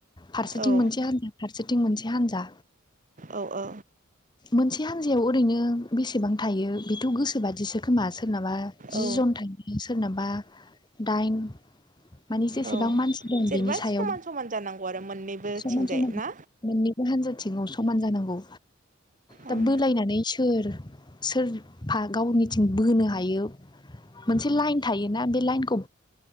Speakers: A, on the left; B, on the right.
A: फारसेथिं
B: औ
A: मोनसे हानजा फारसेथिं मोनसे हान्जा।
B: औ औ
A: मोनसे हान्जायाव ओरैनो बेसेबां थायो बेथ' गोसोबादिसो खोमा सोरनाबा जि
B: औ
A: जन थायो सोरनाबा दाइन मानि जेसेबां
B: औ
A: मानसि दं
B: जेनेबा
A: बिनि सायाव
B: समान समान जानांगौ आरो मोननैबो
A: समान
B: थिंजाय
A: समान
B: ना
A: मोननैबो हान्जाथिङाव स मान जानांगौ दा
B: ओम
A: बोलायनानै सोर सोरफा गावनिथिं बोहोनो हायो मोनसे लाइन थायो। ना बे लाइनखौ